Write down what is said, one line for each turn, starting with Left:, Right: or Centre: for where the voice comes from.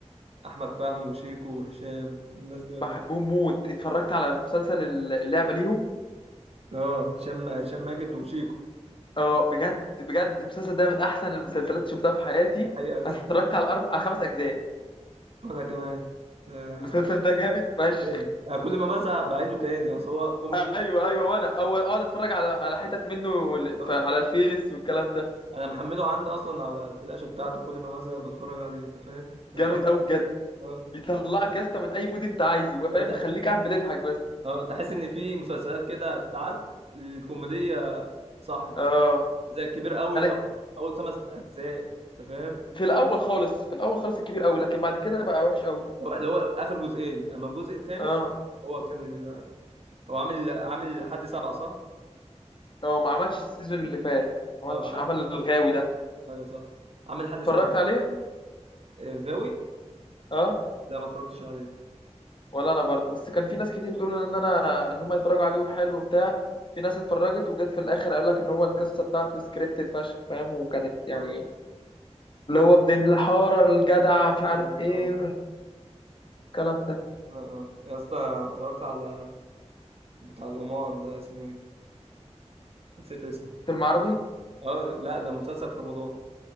Right: احمد فهمي وشيكو وهشام والناس دي ولا
Left: بحبهم
Right: إيه؟
Left: موت اتفرجت على مسلسل اللعبه ليهم
Right: اه هشام هشام ماجد وشيكو
Left: اه بجد بجد المسلسل ده من احسن المسلسلات
Right: ماجد
Left: اللي شفتها في حياتي
Right: ده حقيقة يا
Left: انا
Right: اسطى
Left: اتفرجت على أربع... على خمس اجزاء
Right: وانا كمان آه،
Left: المسلسل ده جامد فشخ
Right: جامد. انا كل ما بزهق بعيده تاني اصل هو كوميدي
Left: ايوه ايوه وانا اول اقعد اتفرج على على حتت منه ل-
Right: اه
Left: ف- على الفيس والكلام ده
Right: انا محمله عندي اصلا على الفلاشة بتاعته كل ما بزهق بتفرج عليه انت فاهم الخمس
Left: جامد قوي بجد
Right: اه
Left: يطلعك يا اسطى من اي مود انت عايزه هو فاهم
Right: ايوه ده
Left: يخليك
Right: حقيقة
Left: قاعد بتضحك بس
Right: اه تحس ان في مسلسلات كده تتعد الكوميدية صح انت
Left: اه
Right: فاهم زي الكبير قوي
Left: انا
Right: او اول خمس اجزاء انت فاهم
Left: في الاول خالص في الاول خالص الكبير قوي لكن بعد كده بقى وحش قوي
Right: هو اللي هو اخر جزئين اما الجزء الخامس
Left: اه
Right: هو كان ال... هو عامل عامل لحد سبعة صح؟
Left: هو ما عملش السيزون اللي فات ما
Right: اه
Left: عملش
Right: عامل
Left: عمل
Right: حد...
Left: الغاوي ده
Right: ايوه صح عامل لحد
Left: اتفرجت
Right: سبعة
Left: عليه
Right: آه، الغاوي
Left: اه
Right: لا ما اتفرجتش عليه
Left: ولا انا برضو بس كان في ناس كتير بتقول ان انا ان هم يتفرجوا عليه وحلو وبتاع في ناس اتفرجت وجت في الاخر قال لك ان هو القصه بتاعته سكريبتد فشخ فاهم وكانت يعني
Right: اه
Left: اللي هو ابن الحاره الجدع مش
Right: ايوه
Left: عارف
Right: أيوة،
Left: ايه
Right: فاهم
Left: والكلام ده
Right: اه اه يا اسطى اتفرجت على بتاع القمار ده اسمه ايه؟ نسيت اسمه
Left: فيلم عربي
Right: اه لا ده مسلسل في رمضان